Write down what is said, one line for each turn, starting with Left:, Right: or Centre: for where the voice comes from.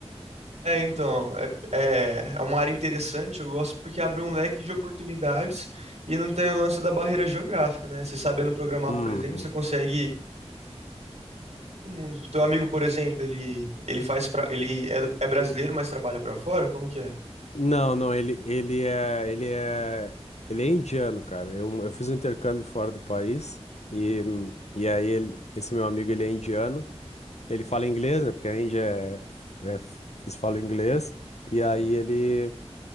Right: É, então, é, é, é uma área interessante, eu gosto porque abre um leque de oportunidades e não tem o lance da barreira geográfica, né? Você sabendo programar,
Left: Uhum.
Right: por exemplo, você consegue todo mundo. Teu amigo, por exemplo, ele ele faz pra, ele é, é brasileiro, mas trabalha pra fora? Como que é?
Left: Não, não, ele, ele é, ele é, ele é indiano, cara. Eu, eu fiz um intercâmbio fora do país e, e aí ele, esse meu amigo, ele é indiano. Ele fala inglês, né? Porque a Índia é, é, eles falam inglês. E aí ele,